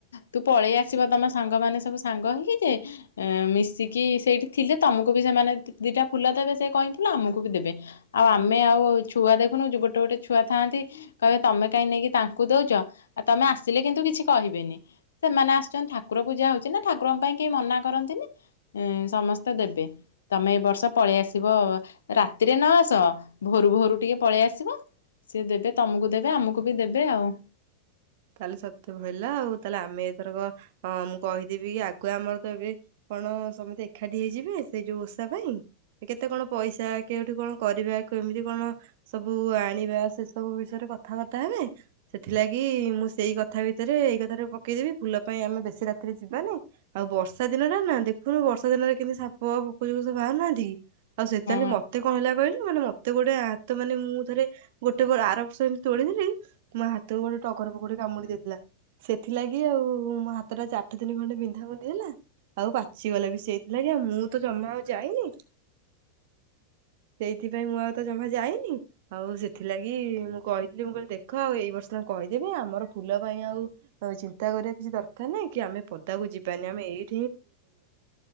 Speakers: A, on the left; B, on the right.
A: ତୁ ପଳେଇ ଆସିବ ତମ ସାଙ୍ଗମାନେ ସବୁ ସାଙ୍ଗ ହେଇକି ଯେ ଏ ମିଶ ଶିକି ସେଇଠି ଥିଲେ ତମକୁ ବି ସେମାନେ ଦି ଦିଟା ଫୁଲ ଦେବେ ସେ କଇଁ ଫୁଲ ଆମକୁ ବି ଦେବେ ଆଉ ଆମେ ଆଉ ଛୁଆ ଦେଖୁନୁ ଜୁ ଗୋଟେ ଗୋଟେ ଛୁଆ ଥାଆନ୍ତି କହିବେ ତମେ କାହିଁ ନେଇକି ତାଙ୍କୁ ଦଉଚ ଆଉ ତମେ ଆସିଲେ କିନ୍ତୁ କିଛି କହିବେନି ସେମାନେ ଆସୁଚନ୍ତ ଠାକୁର ପୂଜା ହଉଛି ନା ଠାକୁରଙ୍କ ପାଇଁ କେହି ମନା କରନ୍ତିନି। ଉଁ ସମସ୍ତେ ଦେବେ ତମେ ଏ ବର୍ଷ ପଳେଇ ଆସିବ ରାତିରେ ନ ଆସ ଭୋରୁ ଭୋରୁ ଟିକେ ପଳେଇ ଆସିବ ସିଏ ଦେବେ ତମକୁ ଦେବେ ଆମକୁ ବି ଦେବେ ଆଉ।
B: ତାହେଲେ ସତ ହେଲା ଆଉ ତାହେଲେ ଆମେ ଏଥରକ ଅ ମୁଁ କହିଦେବି କି ଆଗୁଆ ଆମର ତ ଏବେ କଣ ସମସ୍ତେ ଏକାଠି ହେଇଯିବେ ସେଇ ଯୋଉ ଓଷା ପାଇଁ କେତେ କଣ ପଇସା କେଉଠି କଣ କରିବା କେମିତି କଣ ସବୁ ଆଣିବା ସେ ସବୁ ବିଷୟରେ କଥାବାର୍ତ୍ତା ହେବେ ସେଥିଲାଗି। ମୁଁ ସେଇ କଥା ଭିତରେ ଏଇ କଥାରେ ପକେଇଦେବି ଫୁଲ ପାଇଁ ଆମେ ବେଶୀ ରାତିରେ ଯିବାନି ଆଉ ବର୍ଷା ଦିନରେ ନା ଦେଖୁନୁ ବର୍ଷା ଦିନରେ କେମତି ସାପ ପୋକୋ ଯଉ ସବୁ ବାହାରୁନାହାନ୍ତି କି। ଆଉ ସେତାରେ
A: ହଁ
B: ମତେ କଣ ହେଲା କହିଲୁ। ମାନେ ମତେ ଗୋଟେ ହାତ ମାନେ ମୁଁ ଥରେ ଗୋଟେ ଆର ବର୍ଷ ଯେମିତି ତୋଳିଥିଲି ମୋ ହାତକୁ ଗୋଟେ ଟ ପୋଖର ପୋଖରୀ କାମୁଡି ଦେଇଥିଲା ସେଥିଲାଗି ଆଉ ମୋ ହାତଟା ଚାଠ ତିନି ଖଣ୍ଡେ ବିନ୍ଧା ବୁନ୍ଧି ହେଲା ଆଉ ପାଚିଗଲେ ବି ସେଇଥିଲାଗି ଆଉ ମୁଁ ତ ଜମା ଆଉ ଯାଇନି ସେଇଥିପାଇଁ ମୁଁ ଆଉ ତ ଜମା ଯାଇନି ଆଉ ସେଥିଲାଗି ମୁଁ କହିଥିଲି ମୁଁ କହିଲି ଦେଖ ଆଉ ଏଇ ବର୍ଷ ତାଙ୍କୁ କହିି। ଯିବେ ଆମର ଫୁଲ ପାଇଁ ଆଉ ଚିନ୍ତା କରିବା କିଛି ଦରକାର ନାହିଁ କି ଆମେ ପଦାକୁ ଯିବାନି ଆମେ ଏଇ।